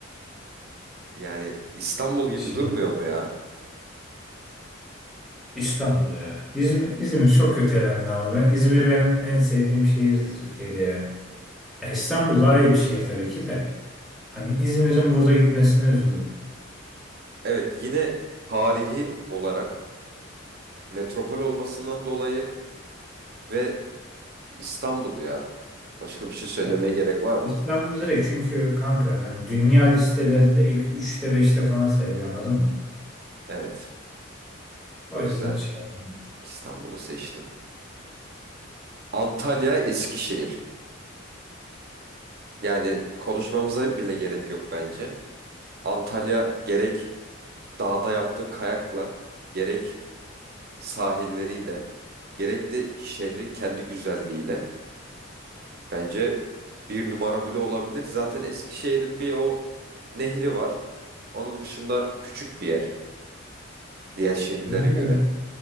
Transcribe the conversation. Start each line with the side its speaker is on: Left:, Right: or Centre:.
Right: Yani İstanbul gibi
Centre: Şimdi
Right: durmuyor mu ya?
Centre: İstanbul ya. İzmir, İzmir çok kötü elendi ama ben İzmir benim en sevdiğim şehirdi Türkiye'de ya. Ya İstanbul daha iyi bir şehir tabii ki de. Hani İzmir'in burada gitmesine üzüldüm.
Right: Evet yine tarihi olarak metropol olmasından dolayı ve İstanbul ya. Başka bir şey söylemeye
Centre: Evet, evet.
Right: gerek var mı?
Centre: İstanbul direkt çünkü kanka hani dünya listelerinde ilk üçte beşte falan sayılıyor anladın mı?
Right: Evet.
Centre: O
Right: O yüzden
Centre: yüzden şey yapmadım.
Right: İstanbul'u seçtim. Antalya, Eskişehir. Yani konuşmamıza bile gerek yok bence. Antalya gerek dağda yaptığın kayakla gerek sahilleriyle gerek de şehrin kendi güzelliğiyle bence bir numara bile olabilir. Zaten Eskişehir'in bir o nehri var. Onun dışında küçük bir yer diğer şehirlere
Centre: Yani
Right: göre.